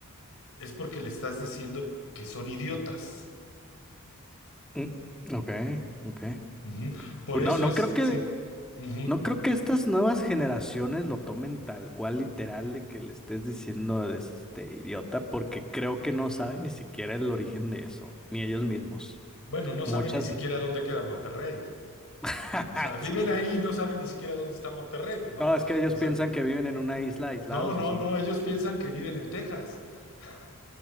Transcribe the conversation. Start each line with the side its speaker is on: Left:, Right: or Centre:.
Left: es porque le estás diciendo que son idiotas.
Centre: Mm, Ok, ok.
Left: Ujú. Por
Centre: Pues
Left: eso
Centre: No, no
Left: es,
Centre: creo que,
Left: sí. Ujú.
Centre: no creo que estas nuevas generaciones lo tomen tal cual literal de que le estés diciendo de este idiota, porque creo que no saben ni siquiera el origen de eso, ni ellos mismos.
Left: Bueno, no
Centre: Muchas.
Left: saben ni siquiera dónde queda Monterrey.
Centre: <laughs>
Left: O sea, viven ahí, y no saben ni siquiera dónde está Monterrey. Pues no,
Centre: No, es que ellos
Left: o sea,
Centre: piensan que viven en una isla aislados
Left: no, no,
Centre: y son
Left: no,
Centre: todos
Left: ellos
Centre: poderosos.
Left: piensan que viven en Texas. <laughs>